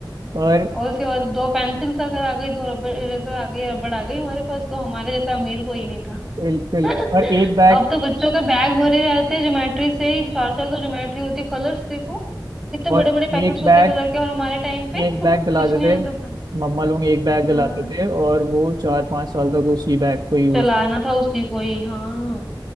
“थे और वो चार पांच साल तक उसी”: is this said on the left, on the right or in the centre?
Right